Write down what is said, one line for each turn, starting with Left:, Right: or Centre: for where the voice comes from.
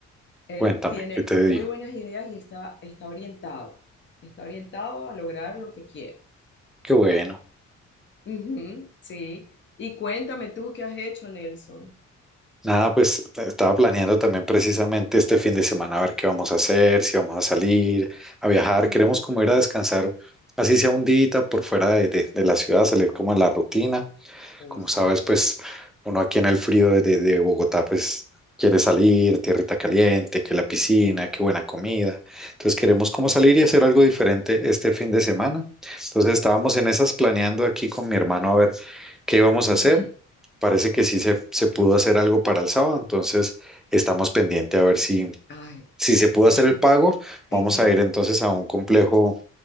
Left: Él
Centre: Cuéntame,
Left: tiene
Centre: ¿qué te
Left: muy
Centre: digo?
Left: buenas ideas y está, está orientado. Está orientado a lograr lo que quiere.
Centre: Qué bueno.
Left: Ujú, sí. Y cuéntame tú qué has hecho, Nelson.
Centre: Nada, pues t- estaba planeando también precisamente este fin de semana a ver qué vamos a hacer, si vamos a salir, a viajar.
Left: Ujú.
Centre: Queremos como ir a descansar, así sea un día por fuera de, de- de la ciudad, salir como a la rutina.
Left: Uy,
Centre: Como
Left: sí.
Centre: sabes, pues uno aquí en el frío de, de- de Bogotá, pues quiere salir, tierrita caliente, que la piscina, que buena comida. Entonces queremos como salir y hacer algo diferente este fin de semana. Entonces estábamos en esas planeando aquí con mi hermano a ver qué íbamos
Left: Ujú.
Centre: a hacer. Parece que sí se, se pudo hacer algo para el sábado, entonces estamos pendiente a ver si,
Left: Ay,
Centre: si se pudo
Left: si
Centre: hacer
Left: no es
Centre: el pago. Vamos
Left: ujú,
Centre: a ir entonces a un complejo